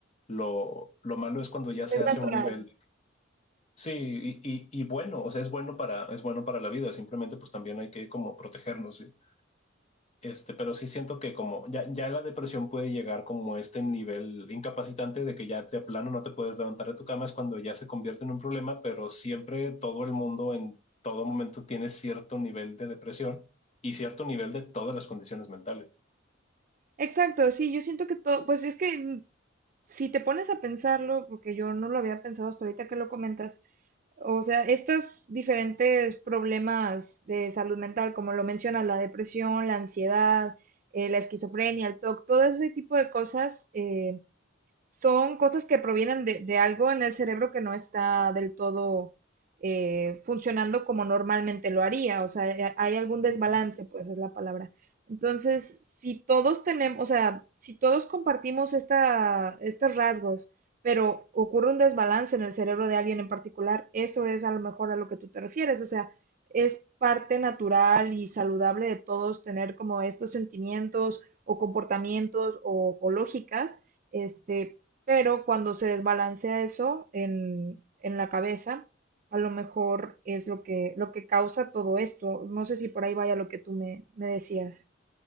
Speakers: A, on the left; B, on the right.
A: Lo, lo malo es cuando ya se
B: es
A: hace
B: natural.
A: un nivel Sí, y, y, y bueno, o sea, es bueno para, es bueno para la vida, simplemente pues también hay que como protegernos, ¿sí? Este, pero sí siento que como ya, ya la depresión puede llegar como a este nivel incapacitante de que ya de plano no te puedes levantar de tu cama, es cuando ya se convierte en un problema, pero siempre todo el mundo en todo momento tiene cierto nivel de depresión y cierto nivel de todas las condiciones mentales.
B: Exacto, sí, yo siento que todo, pues es que mm, si te pones a pensarlo, porque yo no lo había pensado hasta ahorita que lo comentas, o sea, estos diferentes problemas de salud mental, como lo mencionas, la depresión, la ansiedad, eh, la esquizofrenia, el TOC, todo ese tipo de cosas, eh, son cosas que provienen de, de algo en el cerebro que no está del todo eh, funcionando como normalmente lo haría. O sea, eh, hay algún desbalance,
A: Ujú.
B: pues es la palabra. Entonces, si todos tenemos, o sea, si todos compartimos esta, estos rasgos, pero ocurre un desbalance en el cerebro de alguien en particular, eso es a lo mejor a lo que tú te refieres. O sea, es parte natural y saludable de todos tener como estos sentimientos o comportamientos o, o lógicas, este, pero cuando se desbalancea eso en, en la cabeza, a lo mejor es lo que, lo que causa todo esto. No sé si por ahí vaya lo que tú me, me decías.